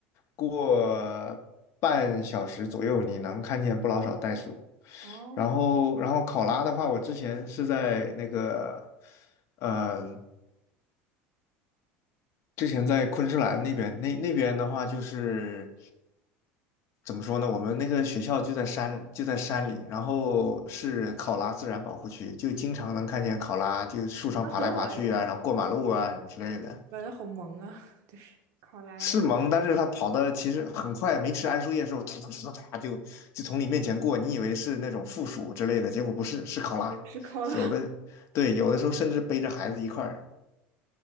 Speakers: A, on the left (about 55°); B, on the right (about 60°).
A: 过半小时左右，你能看见不老少袋鼠。
B: 哦
A: 然后，然后考拉的话，我之前是在那个，呃之前在昆士兰那边，那那边的话就是怎么说呢？我们那个学校就在山就在山里，然后是考拉自然保护区，就经常能看见考拉就树上爬来爬去啊，
B: 哦，那很好诶，
A: 然后过马路啊什么之类的。
B: <laughs> 感觉好萌啊！<laughs> 就是考拉的，
A: 是萌，但是它跑的其实很快，没吃桉树叶的时候，突突突突就就从你面前过，你以为是那种负鼠之类的，结果不是，是考拉。
B: 对，不是考拉，
A: 有的对，有的时候甚至背着孩子一块儿，